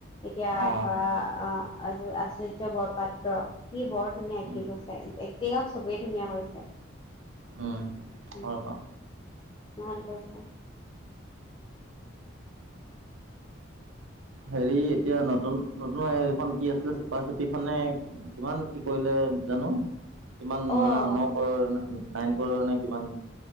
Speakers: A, on the left; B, on the right.
A: এতিয়া
B: অ',
A: ধৰা অহ আৰু আশ্চৰ্য্য বৰপাত্ৰ সি বৰ ধুনীয়া এক্টিং
B: উম,
A: কৰিছে, এক্টিঙক চবেই ধুনীয়া কৰিছে
B: উম,
A: উম
B: হয় বাৰু।
A: ভাল ক
B: হেৰি এতিয়া নতুন নতুন হেৰিখনন কি আছিলে চুপা চুপিখনে কিমান কি কৰিলে জানো কিমান
A: অ'
B: ন নকৰ নাইন কৰ নে কিমান